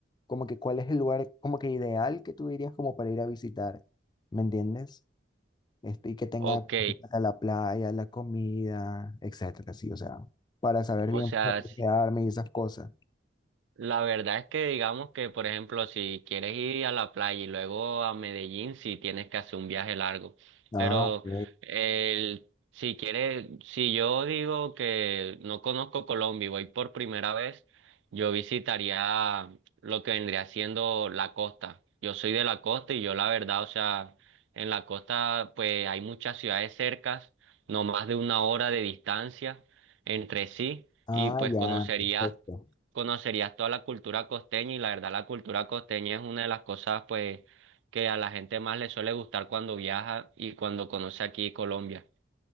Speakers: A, on the left (about 25°); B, on the right (about 75°).
A: como que cuál es el lugar como que ideal que tú dirías como para ir a visitar, ¿me entiendes? Este, y que tenga
B: Ok,
A: como que tenga la playa, la comida, etcétera, sí, o sea, para saber
B: o
A: bien
B: sea...
A: por dónde quedarme y esas cosas.
B: La verdad es que digamos que, por ejemplo, si quieres ir a la playa y luego a Medellín, si tienes que hacer un viaje largo.
A: Ah,
B: Pero
A: ok.
B: el, si quieres, si yo digo que no conozco Colombia y voy por primera vez, yo visitaría lo que vendría siendo la costa. Yo soy de la costa y yo la verdad, o sea, en la costa pues hay muchas ciudades cercas, no más de una hora de distancia entre sí,
A: Ah,
B: y pues
A: ya,
B: conocería
A: perfecto.
B: conocerías toda la cultura costeña y la verdad la cultura costeña es una de las cosas pues que a la gente más le suele gustar cuando viaja y cuando conoce aquí Colombia.